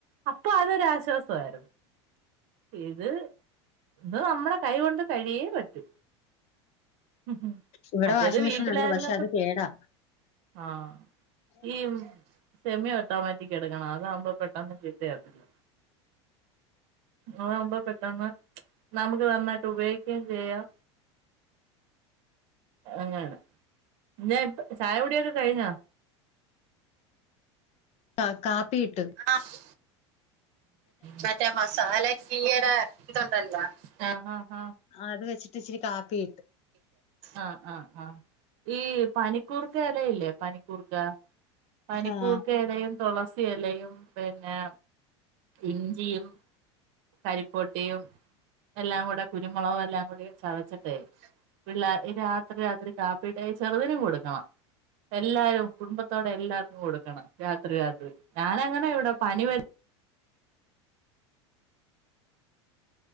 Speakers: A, on the right; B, on the left.
A: അപ്പോ അതൊരാശ്വാസവാരുന്നു ഇത് ദ് നമ്മടെ കൈ കൊണ്ട് കഴിയേ പറ്റൂ ഉം
B: ഇവിടെ
A: മറ്റേത്
B: വാഷിംഗ് മെഷീൻ
A: വീട്ടിലാരുന്നപ്പം
B: ഉണ്ട് പക്ഷെ അത് കേടാ.
A: ആഹ് ഈ സെമി ഒട്ടോമാറ്റിക്ക് എട്ക്കണം അതാവ്മ്പോ പെ ട്ടെന്ന് ചീത്തയാവത്തില്ല അതാവുമ്പ പെട്ടെന്ന് നമക്ക് നന്നായിട്ട് ഉപയോഗിക്കേം ചെയ്യാം അങ്ങനാണ് ന്നെ ചായകുടിയൊക്കെ കഴിഞ്ഞോ?
B: ആ കാപ്പിയിട്ട്
A: ആഹ് മറ്റേ മസാല ടീയ്ടെ ഇതൊണ്ടല്ല ഹ ഹ ഹ
B: ആ അത് വെച്ചിട്ടിച്ചിരി കാപ്പി
A: ആ ആഹ് ആഹ് ഈ പനിക്കൂർക്കയെലയില്ലേ പനി ക്കൂർക്ക പനിക്കൂർക്ക
B: ആഹ്
A: എലയും തുളസി എലയും പിന്നെ ഇഞ്ചിയും കരിപ്പൊട്ടിയും എല്ലാം കൂടെ കുരുമുളകും എല്ലാം കൂടി ചവച്ചിട്ടേ പിള്ളേ ഈ രാത്രി രാത്രി കാപ്പിടേ ചെറുതിനും കൊടുക്കണം എല്ലാരും കുടുംബത്തോടെ എല്ലാർക്കും കൊടുക്കണം. രാത്രി രാത്രി ഞാനങ്ങനെ ഇവിടെ പനി വര്